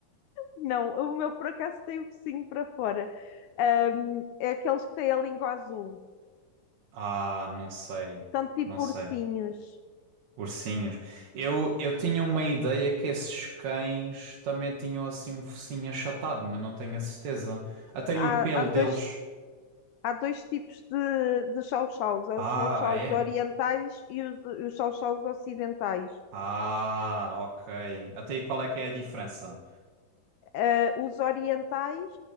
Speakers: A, on the left; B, on the right.
A: Não, o meu por acaso tem o focinho para fora. Ah, é aqueles que têm a língua azul.
B: Ah, não sei,
A: São tipo
B: não sei.
A: ursinhos.
B: Ursinhos. Eu, eu tinha uma ideia que esses cães também tinham assim um focinho achatado, mas não tenho a certeza. Até aí o
A: Há,
B: pelo
A: há
B: deles.
A: dois, há dois tipos de, de Chow Chows: há
B: Ah,
A: os Chow Chows
B: ah, é?
A: orientais e os, os Chow Chows ocidentais.
B: Ah, ok. Até aí qual é que é a diferença?
A: Ah, os orientais,